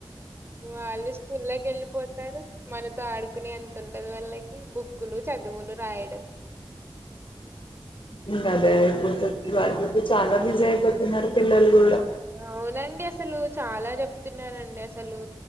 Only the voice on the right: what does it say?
వాళ్ళు స్కూల్ల్లోకి వెళ్ళిపోతారు మన త ఆడుకుని అంత ఉండదు వల్లకి బుక్కులు చదువులు రాయడం
అవునండి అస్ అసలు చాలా చెప్తున్నరండి అసలు